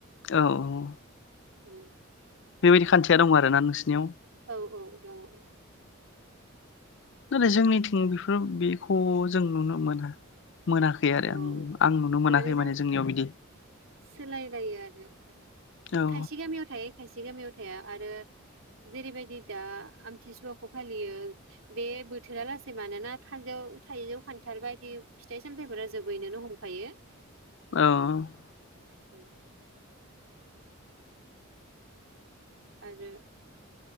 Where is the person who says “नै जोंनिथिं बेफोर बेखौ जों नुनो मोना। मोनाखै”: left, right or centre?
Left